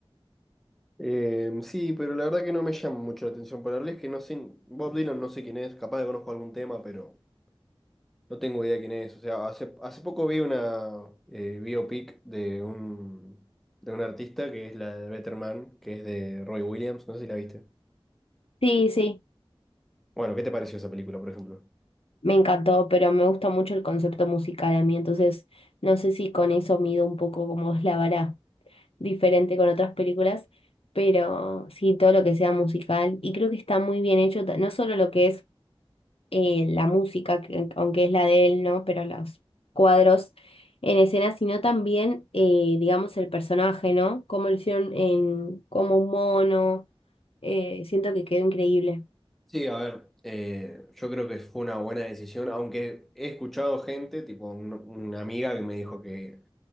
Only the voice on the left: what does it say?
Sí, sí,
me encantó, pero me gusta mucho el concepto musical a mí, entonces no sé si con eso mido un poco cómo es la vara diferente con otras películas, pero sí, todo lo que sea musical, y creo que está muy bien hecho, ta- no solo lo que es eh, la música, que- aunque es la de él, ¿no? Pero los cuadros en escena, sino también, eh, digamos, el personaje, ¿no? Cómo lo hicieron en, como un mono. eh, siento que quedó increíble.